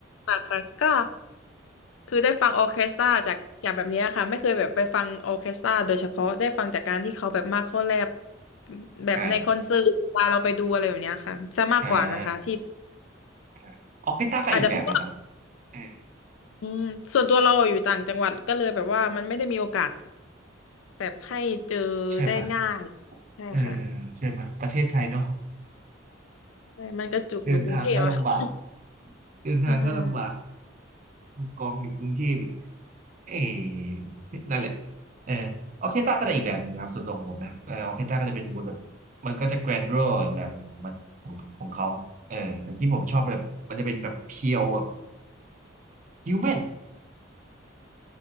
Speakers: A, on the left; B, on the right.
A: ค่ะค่ะก็คือได้ฟังออร์เคสตราจากจากแบบเนี้ยค่ะไม่เคยแบบไปฟังออร์เคสตราโดยเฉพาะได้ฟังจากการที่เขาแบบมาเข้าแลบแบบในคอนเสิร์ตเวลาเราไปดูอะไรแบบเนี้ยค่ะจะมากกว่านะคะที่
B: อ่าอ่าอาออกกีตาร์ก็อีกแบบเลยครับ
A: อาจจะเพราะว่า
B: เออ
A: อืมส่วนตัวเราอยู่ต่างจังหวัดก็เลยแบบว่ามันไม่ได้มีโอกาสแบบให้เจอได้ง่าย
B: ใช่ไหมย
A: ใช่ค่ะ
B: เออใช่ไหมยประเทศไทยเนาะ
A: ใช่มันกระจุกอยู่กรุงเทพอะค่ะ
B: เดินทางก็ลำบากเดินทางก็ลำบาก
A: อืม
B: กองอยู่กรุงเทพอีกเอ๊ะนั่นแหละเออออเคสตราก็จะอีกแบบหนึ่งนะครับสำหรับผมนะเออออเคสตราก็จะเป็นมูดแบบมันก็จะแกรนด์รออีกแบบของมันของของเขาเออแต่ที่ผมชอบแบบมันจะเป็นแบบเพียวแบบฮิวแมน